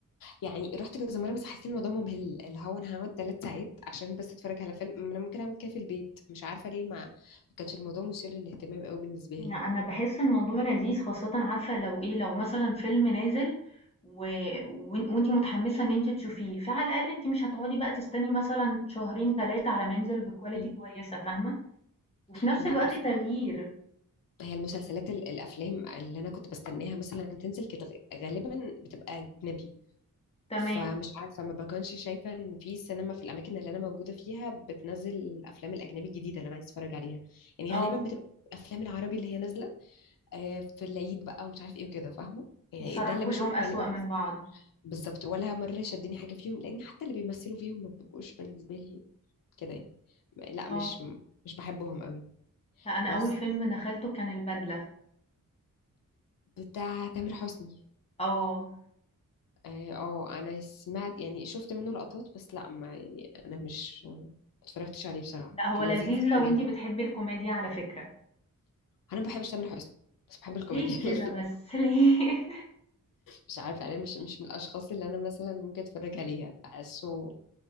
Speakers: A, on the left; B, on the left.
A: يعني رحت كذا مره بس حسيت إن الموضوع ممل اللي هو انا هقعد ثلاث ساعات عشان بس اتفرج على فيلم ما انا ممكن اعمل كده في البيت مش عارفه ليه ما ما كانش الموضوع مثير للاهتمام قوي بالنسبه
B: لأ،
A: لي
B: أنا باحس الموضوع لذيذ خاصةً عارفة لو إيه، لو مثلًا فيلم نازل و وأن وأنتِ متحمسة إن أنتِ تشوفيه، فعلى الأقل أنتِ مش هتقعدي بقى تستني مثلًا شهرين 3 على ما ينزل بquality
A: مم.
B: كويسة فاهمة؟ وفي نفس
A: هو
B: الوقت
A: عارفه
B: تغيير.
A: هي المسلسلات ال- الافلام اللي انا كنت بستناها مثلا تنزل كانت غ- غالبا بتبقى اجنبي
B: تمام.
A: فمش عارفه ما بكونش شايفه ان في سينما في الاماكن اللي انا موجوده فيها بتنزل الافلام الاجنبي الجديده اللي انا عايز اتفرج عليها يعني
B: آه.
A: غالبا بتبقى الافلام العربي اللي هي نازله آه، في العيد بقى ومش عارف ايه وكده فاهمه يعني
B: الصراحة
A: ده اللي
B: كلّهم
A: بشوفه
B: أسوأ
A: غالبا
B: من بعض.
A: بالظبط ولا مره شدني حاجه فيهم لان حتى اللي بيمثلوا فيهم ما بيبقوش بالنسبه لي كده يعني لا
B: آه.
A: مش مش بحبهم قوي
B: لأ، أنا
A: بس
B: أول فيلم دخلته كان البدلة.
A: بتاع تامر حسني
B: آه،
A: اه آه، انا سمعت يعني شفت منه لقطات بس لا ما يعني انا مش ما اتفرجتش عليه بصراحة
B: لأ هو
A: كان
B: لذيذ
A: لذيذ
B: لو
A: ولا
B: أنتِ
A: ايه
B: بتحبي الكوميديا على فكرة،
A: انا ما بحبش تامر حسني بس بحب الكوميديا
B: ليه كده بس
A: <laughs>
B: <laughs> ليه؟
A: مش عارفة انا مش مش من الاشخاص اللي انا مثلا ممكن اتفرج عليها بحسه